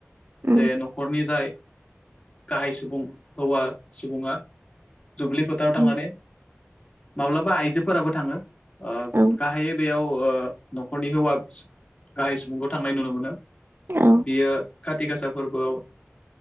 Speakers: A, on the right (about 50°); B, on the left (about 20°).
A: उम
B: जे न'खरनि जाय गाहाय सुबुं हौवा सुबुङा दुब्लि फोथाराव थांनानै
A: उम
B: माब्लाबा आइजोफोराबो थाङो। ओ
A: औ
B: गाहायै बेयाव ओ न'खरनि हौवा गाहाय सुबुंखौ थांनाय नुनो मोनो।
A: औ
B: बियो खाथि गासा फोरबोआव